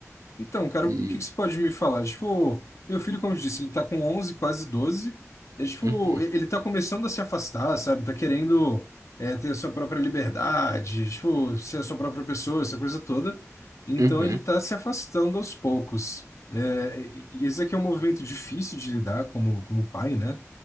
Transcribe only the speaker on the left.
Então, cara,
o que que você pode me falar? Tipo, meu filho, como eu disse, ele tá com onze quase doze É, tipo,
e- ele tá começando a se afastar, sabe? Tá querendo é, ter a sua própria liberdade, tipo, ser a sua própria pessoa, essa coisa toda. Então,
ele tá se afastando aos poucos. É, e e esse aqui é um movimento difícil de lidar como, como pai, né?